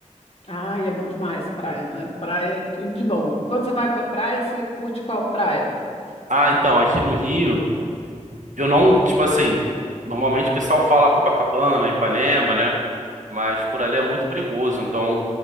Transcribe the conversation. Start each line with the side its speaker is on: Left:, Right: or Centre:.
Left: Ai, é bom demais praia, né? Praia é tudo de bom. Quando você vai para praia, você curte qual praia?
Right: Ah, então, aqui no Rio, eu não, tipo assim, normalmente o pessoal fala Copacabana, Ipanema, né? Mas por ali é muito perigoso, então